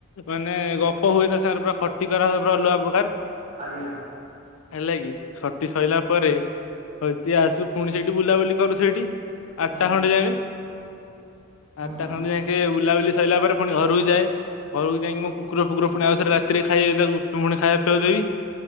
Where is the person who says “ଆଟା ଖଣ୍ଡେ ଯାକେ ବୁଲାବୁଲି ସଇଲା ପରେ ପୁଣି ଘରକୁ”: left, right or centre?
Left